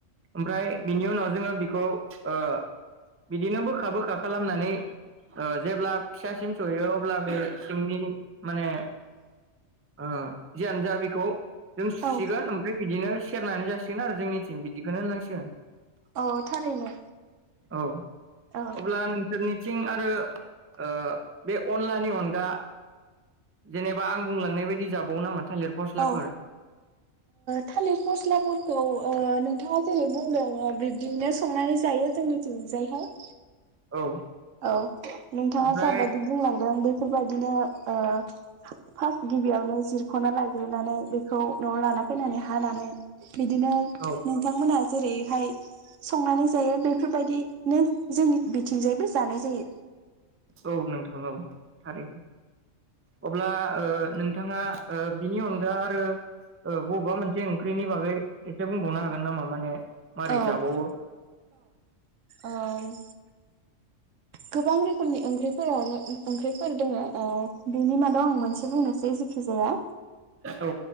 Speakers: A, on the right; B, on the right.
A: ओमफ्राय बिनि उनाव जोङो बि बेखौ ओ बिदिनो बोखा बोखा बोखा खालामनानै ओ जेब्ला फिसासिम सहैयो अब्ला बे सिंनि माने ओ जियानोजा बेखौ जों सुसिगोन
B: औ
A: ओमफ्राय बिदिनो सेरनानै जासिगोन आरो जोंनिथिं बिदिखौनो होननांसिगोन।
B: औ थारैनो
A: औ।
B: औ
A: अब्लानो। बसोरनिथिं आरो ओ बे अनलानि अनगा। जेनेबा आं बुंलांनाय बायदि जाबाव नामा। थालिर फस्लाफोर
B: औ थालिर ओ फस्लाफोरखौ। ओ नोंथाङा जेरै बुंदों बिब्दिनो संनानै जायो जोंनिथिंजायहाय।
A: औ
B: औ नोंथाङा
A: ओमफ्राय
B: साबायदि बुंलांदों बे बेफोरबायदिनो ओ फार्स्ट गिबियावनो जिरख'ना लायग्रोनानै बेखौ न'आव लाना फैनानै हानानै बिदिनो
A: औ
B: नोंथांमोना जेरैहाय संनानै जायो बेफोरबायदिनो जोंनि बिथिंजायबो जानाय जायो।
A: औ नों औ आरो अब्ला ओ नोंथाङा बिनि अनगा आरो ओ बबेबा मोनसे ओंख्रिनि बागै एसे बुंबावनो हागोन नामा माने मोरै
B: औ
A: जाबाव
B: ओम गोबां रोखोमनि ओंख्रिफोरावनो ओंख्रिफोर दङो ओ बिनि मादाव आं मोनसे बुंनोसै जखिजाया
A: औ